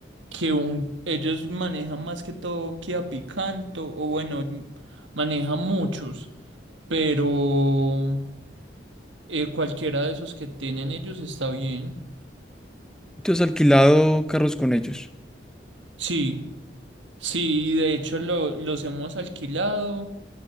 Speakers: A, on the right; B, in the centre.
A: que un, ellos manejan más que todo Kia Picanto, o bueno, m- manejan muchos, pero eh, cualquiera de esos que tienen ellos está bien.
B: tú has alquilado carros con ellos?
A: Sí, sí, de hecho lo- los hemos alquilado,